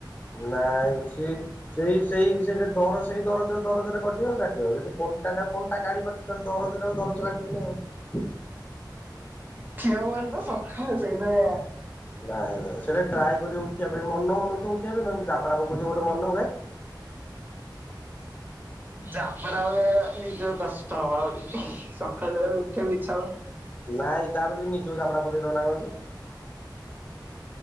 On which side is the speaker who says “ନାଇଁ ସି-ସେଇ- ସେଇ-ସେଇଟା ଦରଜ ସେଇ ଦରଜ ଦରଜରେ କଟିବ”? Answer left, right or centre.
Left